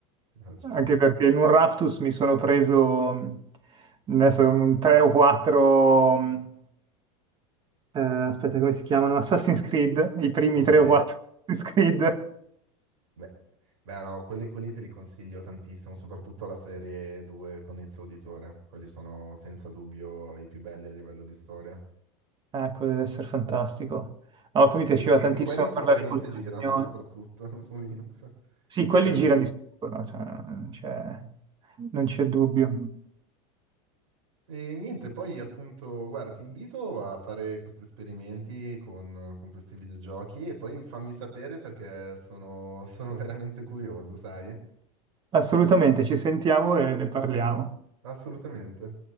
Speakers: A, on the right; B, on the right.
A: No, certo.
B: Anche perché in un Raptus mi sono preso mh, adesso, mh, tre o quattro mh, eh, aspetta, come si chiamano? Assassin's Creed, i primi
A: Ok,
B: tre o quattro <laughs> Assassin's Creed.
A: beh, beh, no, quelli, quelli te li consiglio tantissimo, soprattutto la serie 2 con Ezio Auditore. Quelli sono senza dubbio i più belli a livello di storia.
B: Ah, quello deve essere fantastico. No, poi mi piaceva
A: E, e-
B: tantissimo
A: e quelli sicuramente
B: parlare di coltivazione.
A: girano, soprattutto <laughs> su Linux.
B: Sì, quelli
A: Cioè,
B: girano di sicuro, no? Cioè, non c'è non c'è dubbio.
A: E niente, poi appunto, guarda, ti invito a fare questi esperimenti con, con questi videogiochi e poi fammi sapere perché sono, sono veramente curioso, sai?
B: Assolutamente, ci sentiamo e ne parliamo.
A: Assolutamente.